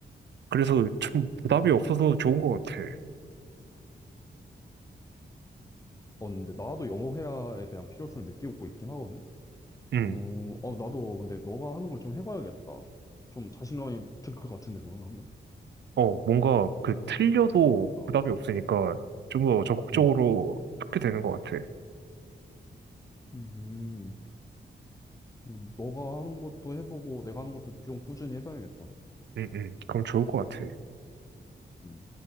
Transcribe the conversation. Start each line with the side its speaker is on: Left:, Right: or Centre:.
Right: 그래서 좀 부담이
Left: 음.
Right: 없어서 좋은 것 같아.
Left: 어, 근데 나도 영어 회화에 대한 필요성을 느끼고 있긴 하거든?
Right: 음,
Left: 어, 어, 나도 근데 너가 하는 걸 좀 해봐야겠다. 좀 자신감이 들 것 같은데, 그거 하면?
Right: 어, 뭔가
Left: 실력.
Right: 그 틀려도
Left: 어.
Right: 부담이 없으니까 좀 더 적극적으로
Left: 음.
Right: 하게 되는 것 같아.
Left: 음. 음, 너가 하는 것도 해보고 내가 하는 것도 좀 꾸준히 해봐야겠다.
Right: 음, 음, 그럼 좋을 것 같아.
Left: 음.